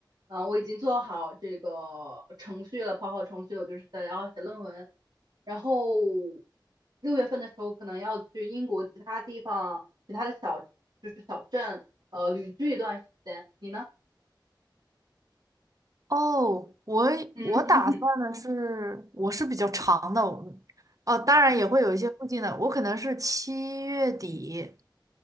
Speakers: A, on the right; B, on the right.
A: 呃，我已经做好这个程序了，跑好程序了，我就是想要写论文。然后六月份的时候，可能要去英国其他地方、其他的小，就是小镇，呃，旅居一段时间。你呢？
B: 哦，我我打算的是，
A: 嗯 <laughs>
B: 我是比较长的，我哦，当然也会有一些附近的，
A: 嗯
B: 我可能是七月底